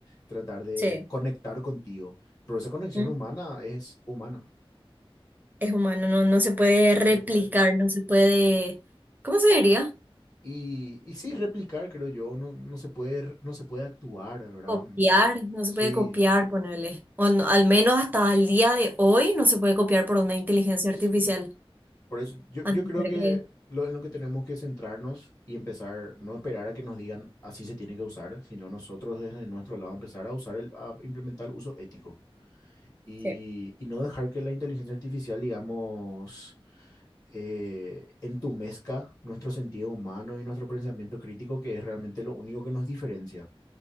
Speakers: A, on the left; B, on the right.
A: tratar de
B: sí.
A: conectar contigo. Pero esa conexión
B: Mm,
A: humana es humana,
B: Es humano, no, no se puede replicar,
A: no se puede.
B: no se puede, ¿cómo se diría?
A: Y, y sí, replicar, creo yo, no, no se puede, no se puede actuar, ¿verdad?
B: Copiar,
A: Mm,
B: no se
A: Sí,
B: puede copiar, ponerle. O no- al menos hasta el día de hoy no se puede copiar por una inteligencia
A: sí.
B: artificial.
A: Por eso yo,
B: A
A: yo
B: no
A: creo
B: ser
A: que
B: que...
A: lo, en lo que tenemos que centrarnos y empezar, no esperar a que nos digan así se tiene que usar, sino nosotros desde nuestro lado empezar a usar, el, a implementar el uso ético y,
B: Sí,
A: y no dejar que la inteligencia artificial, digamos, eh, entumezca nuestro sentido humano y nuestro pensamiento crítico, que es realmente lo único que nos diferencia.